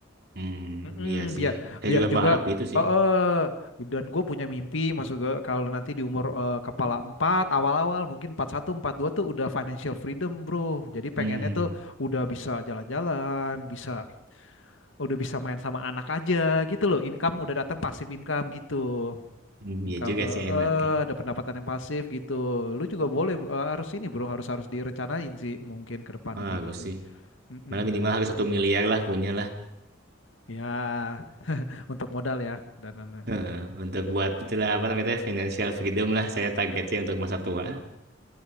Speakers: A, on the right; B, on the left.
A: Mm,
B: Mm-mm,
A: iya sih.
B: biar
A: Saya
B: biar
A: juga
B: juga
A: berharap gitu sih.
B: eh eh, dan gue punya mimpi maksud gue kalau nanti di umur eh, kepala 4 awal-awal mungkin empat satu empat dua tuh udah financial freedom, bro. Jadi pengennya
A: Hmm,
B: tuh udah bisa jalan-jalan, bisa udah bisa main sama anak aja gitu loh. Income udah datang pasif income gitu.
A: Hmm,
B: Income
A: iya juga
B: eh
A: sih enaknya.
B: eh, ada pendapatan yang pasif gitu. Lu juga boleh eh, harus ini, bro, harus harus direncanain sih mungkin ke depannya
A: Bagus
B: kayak gitu.
A: sih.
B: Mm-mm.
A: Malah minimal harus satu miliar lah punya
B: Ya, untuk modal ya dan ya.
A: Heeh, untuk buat itulah apa namanya financial freedom lah saya targetnya untuk masa tua.